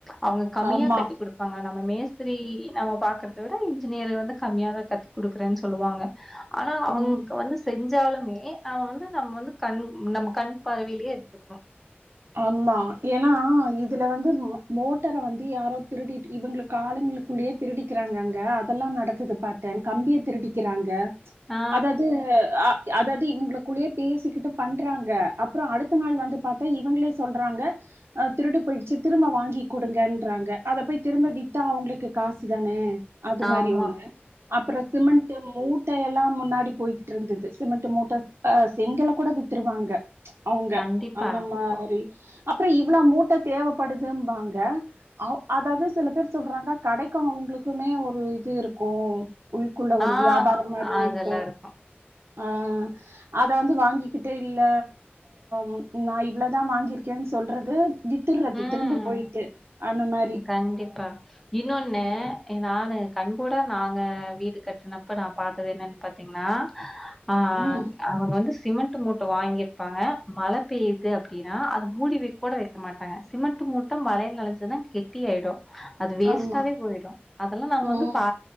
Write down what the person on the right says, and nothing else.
ஆமா
ம்
ஆம்மா ஏன்னா இதுல வந்து மோ மோட்டர வந்து யாரோ திருடிட் இவுங்குளுக் காலுங்களுக்குள்ளயே திருடிக்கிறாங்க அங்க அதல்லா நடக்குது பாத்தே கம்பிய திருடிக்கிறாங்க
அதாது ஆ அதாது இவுங்குளுக்குள்ளயே பேசிக்கிட்டு பண்றாங்க அப்பறோ அடுத்த நாள் வந்து பாத்தா இ இவ்ங்களே சொல்றாங்க அ திருடு போயிடுச்சு திரும்ப வாங்கி குடுங்கன்றாங்க அத போய் திரும்ப வித்தா அவங்களுக்கு காசு தானே அது மாரி
ஒண்ணு அப்பறோ சிமெண்ட்டு ம் மூட்டை எல்லா முன்னாடி போய்ட்ருந்துது சிமெண்ட் மூட்ட அ செங்கல்ல கூட வித்துருவாங்க அவுங்க
அந்த மாரி அப்பற இவ்ள மூட்ட தேவப்படுதும்பாங்க அவ் அதாவது சில பேர் சொல்றாங்க கடைக்கு அவுங்குளுக்குமே ஒரு இது இருக்கு உள்குள்ள ஒரு
வியாபாரம் மாரி
இருக்கோம்
ஆ அத வந்து வாங்கிகிட்டு இல்ல ம் நாய் இவ்ளதா வாங்கிருக்கேன் சொல்றது வித்துட்றது
திரும்ப போயிட்டு அந்த மாரி
ம்
ஆமா
ம்